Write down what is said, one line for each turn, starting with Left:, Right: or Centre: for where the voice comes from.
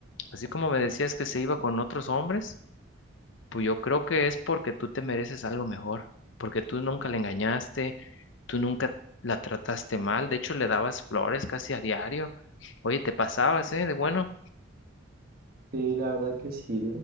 Left: así como me decías que se iba con otros hombres, pues yo creo que es porque tú te mereces algo mejor, porque tú nunca le engañaste Tú nunca la trataste mal, de hecho le dabas flores casi a diario. Oye, te pasabas, ¿eh? De bueno.
Right: Sí, la verdad que sí.